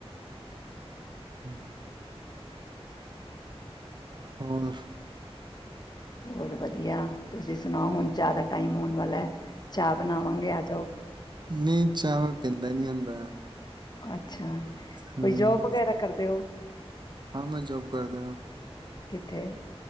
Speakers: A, on the right (about 45°); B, on the left (about 40°).
A: ਹੁੰ। ਹੋਰ?
B: ਹੋਰ ਵਧੀਆ ਤੁਸੀਂ ਸੁਣਾਓ, ਹੁਣ ਚਾਹ ਦਾ ਟਾਈਮ ਹੋਣ ਵਾਲਾ ਹੈ। ਚਾਹ ਬਣਾਵਾਂਗੇ ਆ ਜਾਓ
A: ਨਹੀਂ ਚਾ ਪੀਂਦਾ ਦਾ ਨਹੀਂ ਹੁੰਦਾ।
B: ਅੱਛਾ।
A: ਹਾਂ,
B: ਕੋਈ ਜੋਬ ਵਗੈਰਾ ਕਰਦੇ ਹੋ?
A: ਹਾਂ ਮੈਂ ਜੋਬ ਕਰਦਾ ਹਾਂ।
B: ਕਿਥੇ?